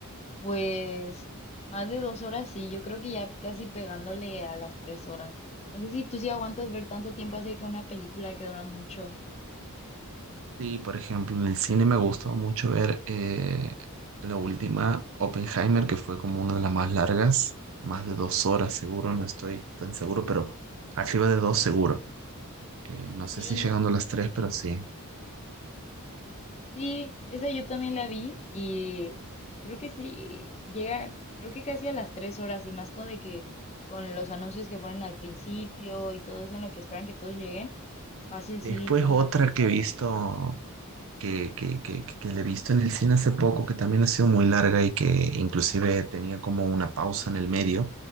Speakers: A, on the left; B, on the right.
A: Pues más de dos horas, sí, yo creo que ya casi pegándole a las tres horas. No sé si tú sí aguantas ver tanto tiempo así que una película que dura mucho.
B: Sí, por ejemplo, en el cine me gustó mucho ver eh, la última, Oppenheimer, que fue como una de las más largas, más de dos horas seguro, no estoy tan seguro, pero arriba de dos seguro. Eh, no
A: Sí,
B: sé si llegando a las tres, pero sí.
A: sí, esa yo también la vi y creo que sí, llega, creo que casi a las tres horas y más con de que con los anuncios que ponen al principio y todo eso en lo que esperan que todos lleguen, fácil
B: Después
A: sí fueron
B: otra
A: a las tres
B: que
A: horas.
B: he visto que, que, que, que le he visto en el cine hace poco, que también ha sido muy larga y que inclusive tenía como una pausa en el medio